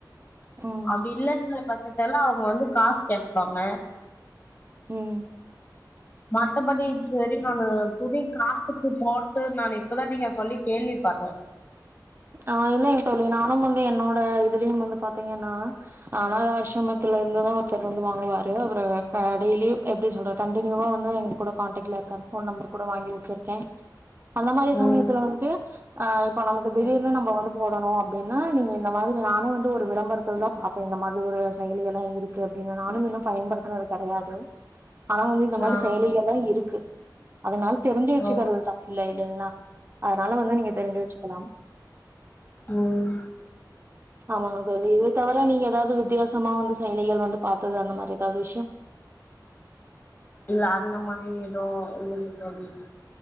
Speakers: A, on the right; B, on the left.
A: ம்
B: அப்டி இல்லன்ற பச் இதெல்ல அவுங்க வந்து காசு கேபாங்க
A: உம்
B: மத்தபடி இது வரி நா துணிக்கு புதுசு காசுக்கு போட்டு நா இப்பதா நீங்க சொல்லி கேள்விப்பட்றே
A: ஆஹ் இல்லைங்க தோழி இப்ப நானு வந்து என்னோட இதுலயும் வந்து பாத்தீங்கன்னா அனதா ஆஷிரமத்துல
B: ம்
A: இருந்துதான் இது வந்து வாங்குவாரு அவரு கடையிலு எப்டி சொல்ற கண்டினுவா வந்து எங்க கூட கான்ட்ல இருக்காரு ஃபோன் நம்பர் கூட வாங்கி வச்சிருக்கே அந்த மாரி
B: ம்
A: சமயத்துல வன்டு ஆஹ் இப்ப நா திடீர்னு
B: ம்
A: நாம்ப போடணு அப்டின்னா நீங்க இந்த மாதிரி நானே வந்து ஒரு விளம்பரத்தல தா பாத்தே இந்த மாரி ஒரு செயலி எல்லா இருக்கு அப்டின்னு நானு இன்னு பயன்படுத்தினது கிடையாது ஆனா வந்து இந்த மாரி
B: ஆ
A: செயலிக இருக்கு அத நால தெரிஞ்சு வச்சுக்கறது
B: ஓ
A: தப்பில்ல இல்லைங்களா அதனால வந்து நீங்க தெரிஞ்சு வச்சுக்கலா
B: உம்
A: ஆமாங்க தோழி இத தவர நீங்க எதாவது வித்தியாச மா வந்து செயலிகள் வந்து பாத்தது அந்த மாரி எதாவது விஷயம்
B: இல்ல அந்த மாரி எதோ இல்ல தோழி